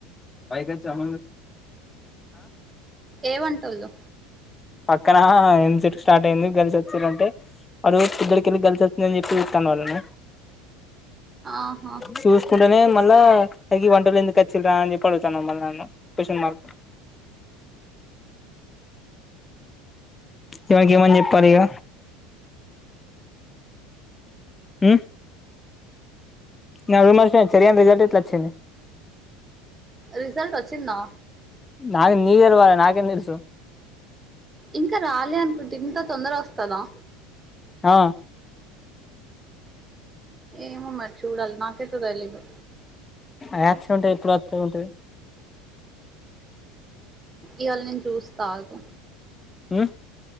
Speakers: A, on the left; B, on the right.
A: పైకా చమ
B: ఏమంట వాళ్ళు
A: పక్కన ఎం చెట్ స్టార్ట్ అయింది కలిసి వచ్చారంటే వాడు పిద్డికిళ్ళి కలిసి వచ్చిందని చెప్పి చూస్తాను వాళ్ళని
B: ఆహా
A: చూసుకుంటేనే మ అ వంటలు ఎందుకు వచ్చి రా అని చెప్పాడు వచ్చాను మ న క్వన్ మార్క్ ఇవాకి ఏమని చెప్పారు ఇక ఆ నా రూమా స చరియా రిజల్ ఎట్లాచ్చ
B: రిజల్ట్ వచ్చిందా
A: నా నీర్ర్వాల నాకెన్న ఇర్సు
B: ఇంకా రాలే అనుకుంటే ఇంత తొందర వస్తుంది తల
A: ఆ
B: ఏము మరి చూడాలి నాకేతే తెలియదు
A: ఆయా చె ఉంటయి పూరాచ్చ ఉంట
B: ఇ అళని జూస్ తాగు
A: ఆ